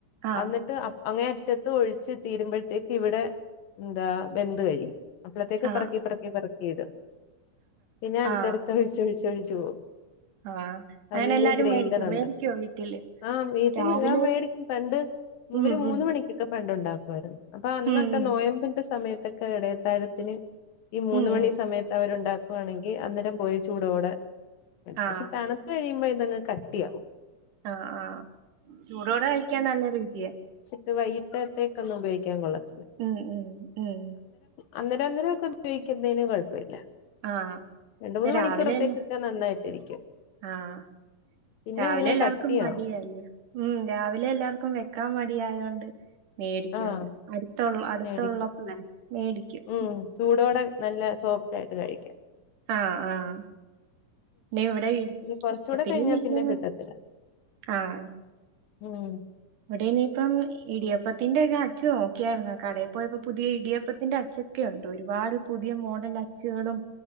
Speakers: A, on the right (about 70°); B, on the left (about 85°).
A: ആ ആ
B: എന്നിട്ട് അങ്ങനെ മുറ്റത്ത് ഒഴിച്ച് തീരുമ്പോഴത്തേക്ക് ഇവിടെ എന്താ ബെന്ത് കഴി അപ്പോഴത്തേക്ക്
A: ആ
B: പെറുക്കി പെറുക്കി <unintelligible> പിന്നെ അടുത്തടുത്ത്
A: ആ ആ
B: <unintelligible> വിച്ചഴിച്ചോ
A: ആ
B: വല്ല്യ
A: അങ്ങനെ എല്ലാരും
B: ഗ്രൈൻഡർ
A: മേടിക്കോ?
B: ഉണ്ട്
A: മേടിക്കോ വീട്ടില്?
B: ആ വീട്ടിൽ
A: രാവിലെ
B: ആ മേടിക്കും
A: ഒരു-
B: പണ്ട്
A: ഉം
B: ഒരു
A: ഉം
B: മൂന്ന് മണിക്കൊക്കെ പണ്ട് ഉണ്ടാക്കുമായിരുന്നു അപ്പൊ അന്നൊക്കെ
A: ഉം ഉം
B: നൊയമ്പിന്റെ സമയത്ത് ത്തക്ക ഇടയത്താഴത്തിന് ഈ മൂന്ന്
A: ഉം
B: മണി
A: ഉം
B: സമയത്ത് അവരുണ്ടാ ക്കുവാണെങ്കിൽ അന്നേരം പോയി ചൂടോടെ
A: ആഹ്
B: പക്ഷെ തണുത്ത് കഴിയുമ്പോ അതങ്ങ് കട്ടിയാവും
A: ആഹ് ആഹ് ചൂടോടെ കഴിക്കാൻ നല്ല രുചിയാ
B: ഒരു വൈകിടത്തേക്ക ഒന്ന് ഉപയോഗിക്കാൻ കൊള്ളാം
A: ഉം ഉം ഉം
B: അന്നരം അന്നേരം ഒക്കെ ഉപയോക്കുന്നതിന് കുഴപ്പമില്ല
A: ആഹ്
B: രണ്ട് മൂന്ന്
A: ഇന്ന് രാവിലെ
B: മണിക്കൂറത്തേക്കൊക്കെ
A: എല്ലാ
B: നന്നായിട്ടിരിക്കും
A: ആഹ്
B: പിന്നെ
A: രാവിലെ
B: അങ്ങ്
A: എല്ലാവർക്കും
B: കട്ടിയാവും
A: മടിയല്ലേ ഉം രാവിലെ എല്ലാർക്കും വെക്കാൻ മടി ആയോണ്ട് മേടിക്കും
B: ആഹ്
A: അതെ അടുത്തുള്ള അടുത്തുള്ളപ്പളേ
B: മേടിക്കും
A: മേടിക്കും
B: ഉം ചൂടോടെ നല്ല സോഫ്റ്റ് ആയിട്ട് കഴിക്കാം
A: ആഹ് ആഹ് ന്നെ ഇവിടെ
B: പിന്നെ കുറച്ചൂടെ
A: ഒത്തിരിയും
B: കഴിഞ്ഞാ
A: വിഷയ
B: പിന്നെ കിട്ടത്തില്ല
A: ആഹ്
B: ഉം
A: ഇവിടനിപ്പം ഇടിയപ്പ ത്തിന്റെയൊക്കെ അച്ചു നോക്കിയായിരുന്നു കടയിൽ പോയപ്പോ പുതിയ ഇടിയപ്പത്തിന്റെ അച്ചൊക്കെ ഉണ്ട് ഒരുപാട് പുതിയ മോഡൽ അച്ചുകളും